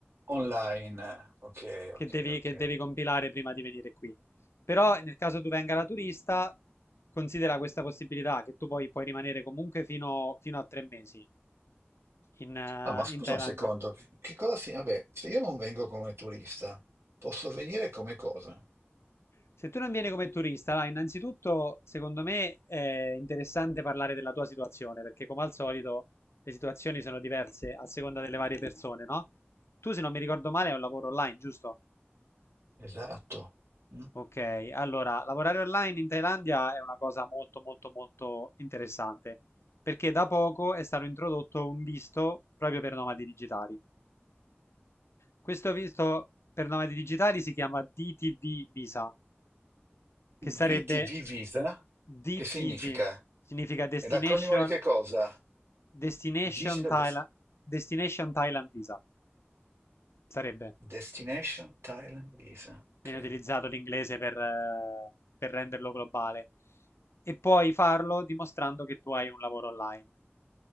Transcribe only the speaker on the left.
che
devi,
che devi compilare prima di venire qui. Però nel caso tu venga da turista, considera questa possibilità che tu poi puoi rimanere comunque fino, fino a tre mesi in eh,
in Thailandia.
Se tu non vieni come turista, là, innanzitutto, secondo me è interessante parlare della tua situazione, perché come al solito le situazioni sono diverse a seconda delle varie persone, no? Tu, se non mi ricordo male, hai un lavoro online, giusto?
Ok, allora, lavorare online in Thailandia è una cosa molto, molto, molto interessante, perché da poco è stato introdotto un visto proprio per nomadi digitali. Questo visto per nomadi digitali si chiama DTB Visa che sarebbe
DTV,
significa Destination,
Destination
Thailand,
Destination Thailand Visa, sarebbe,
viene utilizzato l'inglese per, eh, per renderlo globale, e puoi farlo dimostrando che tu hai un lavoro online.